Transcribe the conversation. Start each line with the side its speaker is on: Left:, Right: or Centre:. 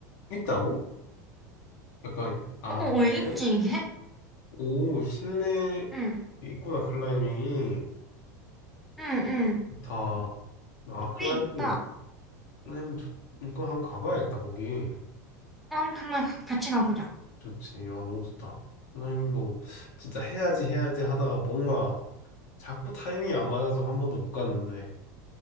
Left: 있다고 약간 아
Centre: 어, 어, 왜 있지,
Left: 그래
Centre: 이게?
Left: 오 실내
Centre: 응.
Left: 있구나 클라이밍이
Centre: 응, 응.
Left: 좋다 아 클라이밍
Centre: 꽤 있다.
Left: 클라이밍 좋 이거 한번 가봐야겠다 거기
Centre: 한, 한번 가- 같이 가보자.
Left: 좋지 어 너무 좋다 클라이밍도 진짜 해야지 해야지 하다가 뭔가 자꾸 타이밍이 안 맞아서 한 번도 못 갔는데